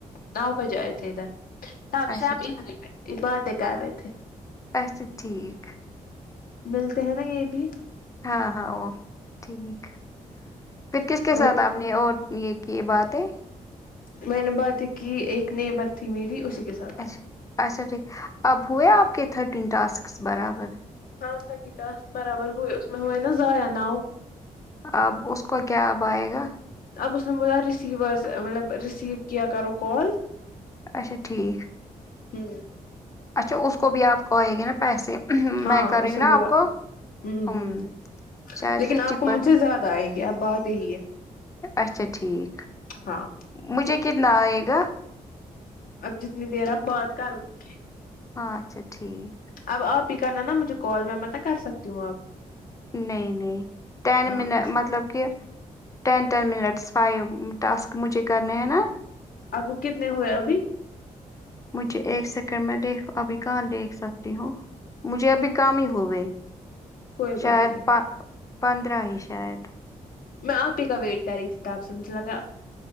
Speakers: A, on the left; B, on the left.
A: نو بجے آئے تھے ادھر تب
B: اچھا
A: سےب
B: ٹھیک،
A: ادری میںہ ہیں یہ باتیں کر رہے تھے
B: اچسا ٹھیک
A: ملتے ہیں نا یہ بھی
B: ہاں ہاں وہ ٹھیک پھر کس کے
A: اور
B: ساتھ آپ نے اور یہ کی بات ہے
A: میں نے بات کی ایک نیبر تھی میری اسی کے ساتھ
B: اچھا اچھا ٹھیک اب ہوئے آپ کے تھر ٹاسک برابر
A: ہاں تھٹیتاس برابر ہوئے اس میں ہوئے نا ائع نو
B: آب اس کو کیا آب آئے گا
A: آب بس نا بوولان رسسیورس مطلب رسسیو کی کرو کال
B: اچھا ٹھیک
A: ہوں
B: اچھا اس کو بھی آپ کہے گے نا پیسے
A: ہاں
B: میں کر رہی
A: اسے
B: ہوں نا
A: بولا
B: آپ کو
A: ہ
B: ہم،
A: ہ
B: شاید
A: لیکن
B: ففٹی
A: آپ کو
B: پر
A: مجھے زیادہ آئیں گے اب بات یہی ہے
B: اچھا ٹھیک
A: ہاں
B: مجھے کتنا آئے گا
A: اب جتنی دیر آپ بات کروں گی
B: ہاں اچھا ٹھیک
A: اب آپ ہی کرنا نا مجھے کال میں مت کر سکتی ہوں آپ
B: نہیں نہیں ٹین
A: ہاں
B: من
A: اس
B: مطلب کہ ten ten minutes five task مجھے کرنے ہیں نا
A: آپ کو کتنے ہوئے ابھی
B: مجھے ایک سیکنڈ میں دیکھ ابھی کہاں دیکھ سکتی ہوں مجھے ابھی کام ہی ہو گئے
A: کوئی
B: شاید
A: بات نہیں
B: پندرہ ہی شاید
A: میں آپ ہی کا ویٹ کر رہی تھی تو آپ سے مجھے لگا